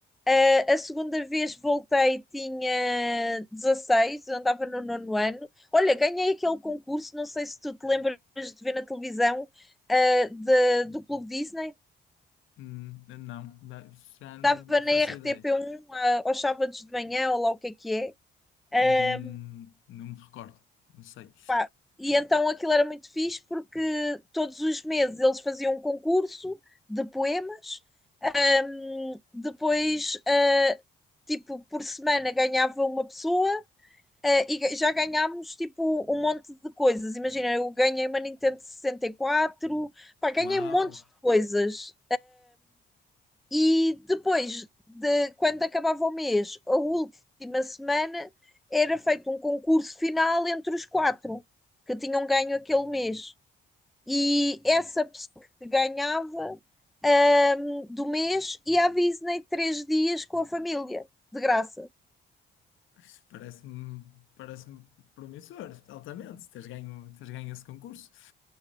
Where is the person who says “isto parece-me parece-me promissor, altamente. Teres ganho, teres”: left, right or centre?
Left